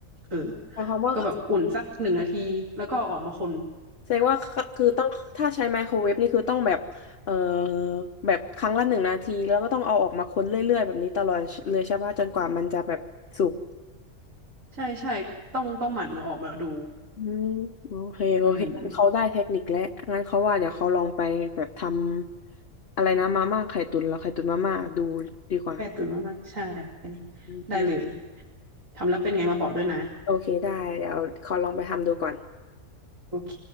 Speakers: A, on the right; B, on the left.
A: เออ
B: หมายความว่าก็
A: ก็แบบอุ่นสักหนึ่งนาทีแล้วก็เอาออกมาคน
B: แสดงว่าก็คือต้องถ้าใช้ไมโครเวฟนี่คือต้องแบบเอ่อแบบครั้งละหนึ่งนาทีแล้วก็ต้องเอาออกมาคนเรื่อยๆแบบนี้ตลอดเลยใช่ปะจนกว่ามันจะแบบสุก
A: ใช่ใช่ต้องต้องหมั่นเอาออกมาดู
B: อืมโอเคโอเคงั้นเขาได้เทคนิคแล้วงั้นเขาว่าเดี๋ยวเขาลองไปแบบท
A: อืม
B: ำอะไรนะมาม่าไข่ตุ๋นเหรอไข่ตุ๋นมาม่าดูดีกว่า
A: ใก่ตุนมากๆใช่
B: โอเค
A: ได้เลย ทำแล้วเป็นไงมาบอกด้วยนะ
B: โอเคได้เดี๋ยวขอลองไปทำดูก่อน
A: โอเค